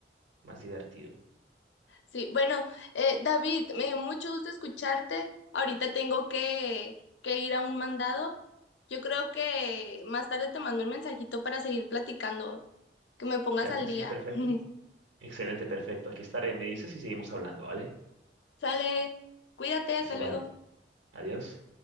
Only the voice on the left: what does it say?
Sí, bueno, eh, David, me dio mucho gusto escucharte. Ahorita tengo que, que ir a un mandado. Yo creo que más tarde te mando un mensajito para seguir platicando, que me pongas
al
día.
<laughs>
Sale, cuídate, hasta
luego.